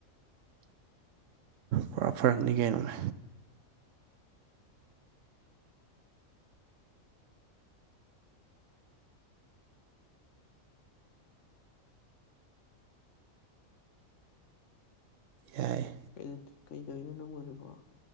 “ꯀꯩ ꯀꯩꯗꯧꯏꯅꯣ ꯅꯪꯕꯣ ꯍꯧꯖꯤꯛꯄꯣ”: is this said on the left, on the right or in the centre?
Left